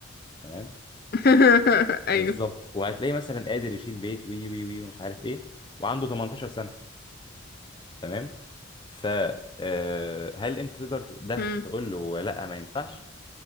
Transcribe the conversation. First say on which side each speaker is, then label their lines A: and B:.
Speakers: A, on the left; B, on the left.
A: تمام
B: <laughs> ايوه
A: بالظبط وهتلاقي مثلا قادر يشيل بيت وي وي وي ومش عارف إيه وعنده 18 سنة تمام ف آه، هل أنت تقدر ت- ده
B: مم.
A: تقول له لأ ما ينفعش